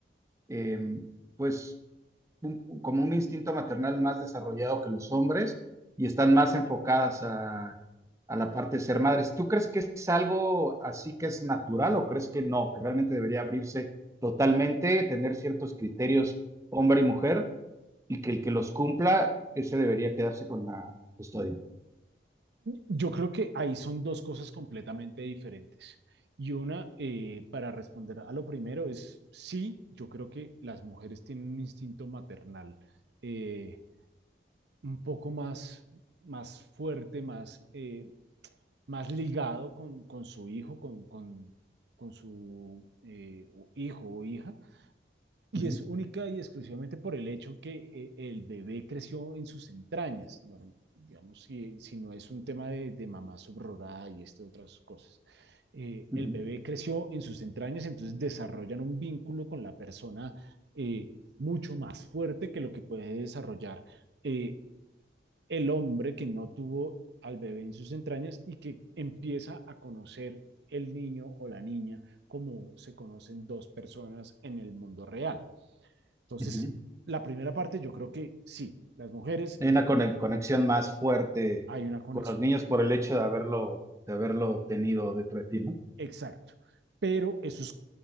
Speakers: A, on the right; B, on the right.
A: eh, pues, un, como un instinto maternal más desarrollado que los hombres y están más enfocadas a, a la parte de ser madres. ¿Tú crees que es algo así que es natural o crees que no, que realmente debería abrirse totalmente, tener ciertos criterios hombre y mujer y que el que los cumpla, ese debería quedarse con la custodia?
B: Yo creo que ahí son dos cosas completamente diferentes. Y una, eh, para responder a lo primero, es sí, yo creo que las mujeres tienen un instinto maternal eh, un poco más, más fuerte, más, eh, más ligado con, con su hijo, con, con, con su eh, hijo o hija, y
A: Uh -huh,
B: es única y exclusivamente por el hecho que eh, el bebé creció en sus entrañas, ¿no? digamos, si, si no es un tema de, de mamá subrogada y este, otras cosas. Eh, el
A: uh -huh,
B: bebé creció en sus entrañas, entonces desarrollan un vínculo con la persona eh, mucho más fuerte que lo que puede desarrollar eh, el hombre que no tuvo al bebé en sus entrañas y que empieza a conocer el niño o la niña como se conocen dos personas en el mundo real. Entonces,
A: uh -huh.
B: la primera parte yo creo que sí, las mujeres
A: Hay una cone- conexión más fuerte
B: hay una conexión
A: con los niños por el hecho de haberlo, de haberlo tenido dentro de ti, ¿no?
B: exacta, pero eso es